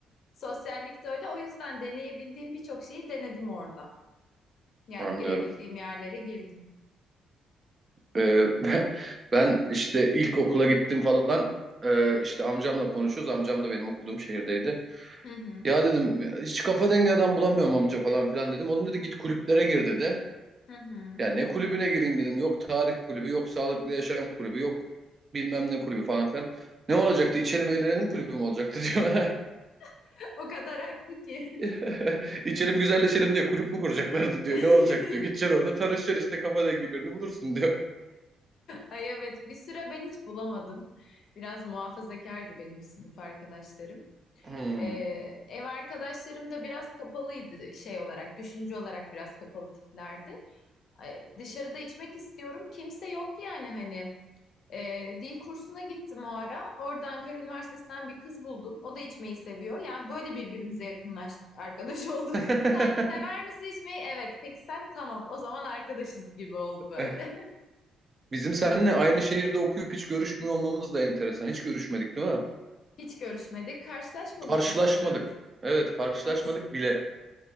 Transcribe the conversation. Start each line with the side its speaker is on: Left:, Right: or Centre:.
Left: Sosyallikte öyle. O yüzden deneyebildiğim birçok şeyi denedim orada. Yani
Right: anlıyorum.
Left: girebildiğim yerlere girdim.
Right: Ee, <laughs> ben, ben işte ilk okula gittim falan. Ee, işte amcamla konuşuyoruz. Amcam da benim okuduğum şehirdeydi.
Left: Hı hı.
Right: Ya dedim "ya hiç kafa dengi adam bulamıyorum amca falan filan dedim. Onun dedi git kulüplere gir dedi.
Left: Hı hı.
Right: Ya ne kulübüne gireyim dedim. Yok tarih kulübü, yok sağlıklı yaşam kulübü, yok bilmem ne kulübü falan filan. Ne olacaktı? İçelim eğlenelim kulübü mü olacaktı <laughs> diyor.
Left: <laughs> O kadar haklı ki.
Right: <laughs> İçelim güzelleşelim diyor. Kulüp mü kuracaklardı diyor.
Left: <laughs>
Right: Ne olacak diyor. Gideceksin orada tanışacaksın işte kafa dengi birini bulursun diyor.
Left: Ay evet bir süre ben hiç bulamadım. Biraz muhafazakardı benim sınıf arkadaşlarım.
Right: Hmm.
Left: Ee, ev arkadaşlarım da biraz kapalıydı şey olarak, düşünce olarak biraz kapalı tiplerdi. Ay, dışarıda içmek istiyorum. Kimse yok yani hani. Ee, dil kursuna gittim o ara. Orada Ankara Üniversitesi'nden bir kız buldum. O da içmeyi seviyor. Yani böyle birbirimize yakınlaştık, arkadaş olduk.
Right: <laughs>
Left: <laughs> Sen sever misin içmeyi? Evet. Peki sen? Tamam. O zaman arkadaşız gibi oldu böyle
Right: Eh, Bizim seninle
Left: <laughs> aramız.
Right: aynı şehirde okuyup hiç görüşmüyor olmamız da enteresan. Hiç görüşmedik değil mi?
Left: Hiç görüşmedik, karşılaşmadık
Right: Karşılaşmadık.
Left: da sanırım.
Right: Evet karşılaşmadık
Left: Evet.
Right: bile.